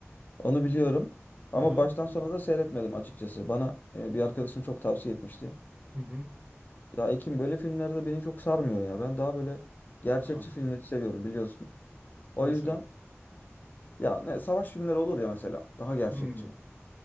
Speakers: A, on the left; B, on the right.
A: Onu biliyorum ama
B: Aha.
A: baştan sona da seyretmedim açıkçası. Bana e, bir arkadaşım çok tavsiye etmişti.
B: Hı hı.
A: Ya Ekim böyle filmlerde beni çok sarmıyor ya. Ben daha böyle gerçekçi
B: Ha.
A: filmleri seviyorum biliyorsun. O
B: Mesela.
A: yüzden ya ne savaş filmleri olur ya mesela daha gerçekçi.
B: Hı.